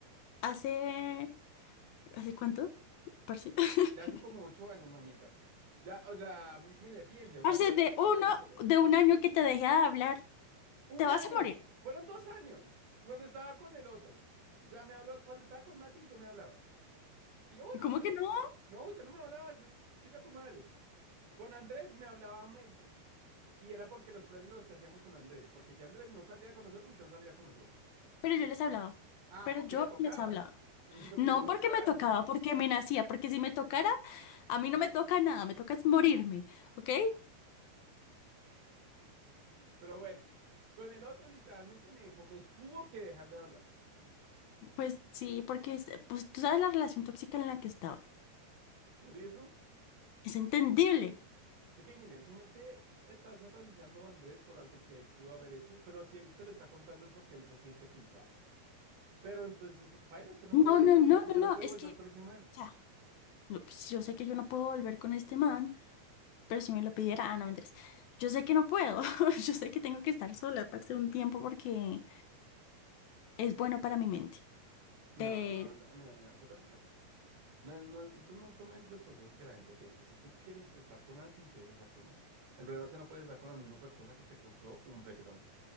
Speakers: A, on the left; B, on the right.
A: Hace, ¿hace cuánto? Parce. <laughs>
B: Ya hace como ocho años, mamita. Ya, o sea, mire, piense, o
A: Parce,
B: sea,
A: de
B: ana-
A: uno,
B: analícelo.
A: de un año que te dejé de hablar,
B: Un
A: te vas
B: año,
A: a morir.
B: fueron dos años, cuando estaba con el otro. O sea, me habló, cuando estaba con Matis no me hablaba. Y yo, bueno,
A: ¿Cómo que no?
B: no, usted no me hablaba, se- chica tu madre. Con Andrés me hablaba a medias. Y era porque los planes los hacíamos con Andrés. Porque si Andrés no salía con nosotros, usted no salía con nosotros.
A: Pero yo
B: Se-
A: les hablaba,
B: Ah,
A: pero
B: porque
A: yo
B: le tocaba.
A: les hablaba.
B: <laughs> Porque
A: No
B: le tocaban.
A: porque me tocaba, porque me nacía, porque si me tocara, a mí no me toca nada, me toca es morirme, ¿ok?
B: Pero bueno, con el otro literalmente me dejó, me tuvo que dejar de hablar.
A: Pues sí, porque es- pues tú sabes la relación tóxica en la que estaba.
B: Por eso,
A: Es entendible.
B: es que mire, su merced está satanizando a Andrés por algo que él pudo haber hecho. Pero si él te lo está contando es porque él se siente culpable. Pero entonces, paila, usted no
A: No,
B: puede volver
A: no, no,
B: con, usted
A: no, no.
B: no puede
A: Es
B: volver
A: que, o
B: con ese man.
A: sea, no, pues, yo sé que yo no puedo volver con este man, pero si me lo pidiera, ah, no, mentiras. Yo sé que no puedo. <laughs> Yo sé que tengo que estar sola, aparte de un tiempo, porque es bueno para mi mente.
B: No,
A: Pero,
B: no, mira, mira, con todo respeto. No, no, tú no tomes los consejos que la gente te dice. Si tú quieres estar con alguien, quieres estar con él. El problema es que no puedes estar con la misma persona que te causó un breakdown.